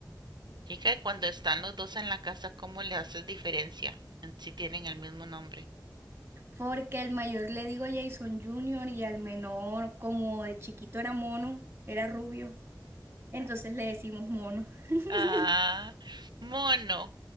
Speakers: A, on the right; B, on the right.
A: Chica, cuando están los dos en la casa, ¿cómo le haces diferencia en si tienen el mismo nombre?
B: Porque el mayor le digo Jason Junior y al menor, como de chiquito era mono, era rubio, entonces le decimos mono. <laughs>
A: Ah, mono.